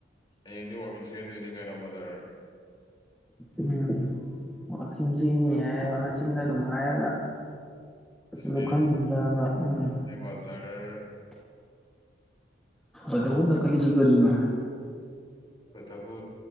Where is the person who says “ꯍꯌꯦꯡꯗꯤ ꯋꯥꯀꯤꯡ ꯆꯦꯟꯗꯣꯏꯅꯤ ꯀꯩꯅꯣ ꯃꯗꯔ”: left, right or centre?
Left